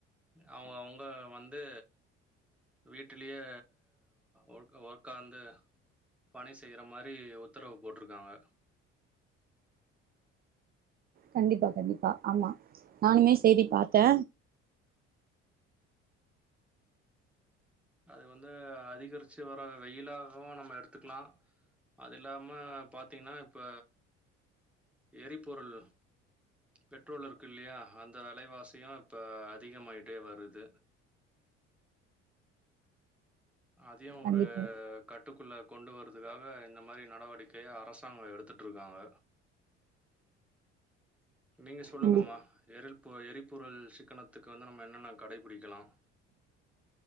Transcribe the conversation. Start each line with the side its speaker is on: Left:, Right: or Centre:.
Centre: அவுங்கவுங்க வந்து வீட்டிலயே ஒக் ஒக்காந்து பணி செய்ற மாரி உத்தரவு போட்ருக்காங்க
Right: கண்டிப்பா கண்டிப்பா ஆமா நானுமே செய்தி பாத்தே
Centre: அது வந்து அதிகரிச்சு வர்ற வெயிலாகவூ நம்ம எடுத்துக்லா அதில்லாம பாத்தீங்னா இப்ப எரிபொருள் பெட்ரோல் இருக்கில்லியா அந்த வெலவாசியூ இப்ப அதிகமாயிட்டே வருது அதையூ ஒரு
Right: கண்டிப்பா
Centre: கட்டுக்குள்ள கொண்டு வர்றதுக்காக இந்த மாரி நடவடிக்கைய அரசாங்கோ எடுத்துட்ருக்காங்க நீங்க சொல்லுங்கம்மா
Right: கண்டி
Centre: எரிப் போ எரிபொருள் சிக்கனத்துக்கு வந்து நம்ம என்னென்ன கடைபிடிக்கணூ